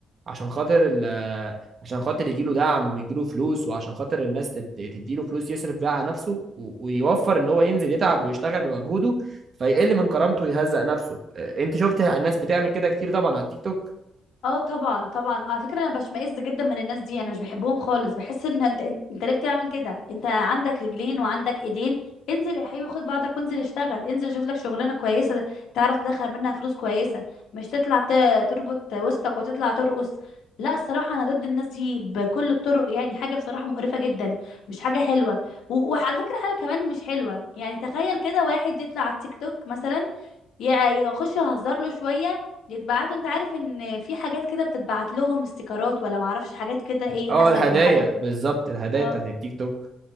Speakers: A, on the right (about 45°); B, on the left (about 80°).
A: عشان خاطر ال عشان خاطر يجيله دعم ويجيله فلوس وعشان خاطر الناس تد- تديله فلوس يصرف بيها على نفسه و- ويوفر ان هو ينزل يتعب ويشتغل بمجهوده فيقل من كرامته ويهزق نفسه آه، انت شفت الناس بتعمل كده كتير طبعا على التيك توك
B: اه طبعا طبعا على فكره انا بشمئز جدا من الناس دي انا مش بحبهم خالص بحس ان انت انت ليه بتعمل كده انت عندك رجلين وعندك ايدين انزل يا حبيبي خد بعضك وانزل اشتغل انزل شوف لك شغلانه كويسه تعرف تدخل منها فلوس كويسه مش تطلع ت- تربط وسطك وتطلع ترقص لا الصراحه انا ضد الناس دي بكل الطرق يعني حاجه بصراحه مقرفه جدا مش حاجه حلوه و- وعلى فكره حاجه كمان مش حلوه يعني تخيل كده واحد يطلع على التيك توك مثلا يا اخش اهزر له شويه يتبعتوا انت عارف ان في حاجات كده بتتبعت لهم استيكرات ولا معرفش حاجات كده ايه
A: اه
B: اسد
A: الهدايا
B: وحاجات
A: بالظبط الهدايا
B: اه
A: بتاعت التيك توك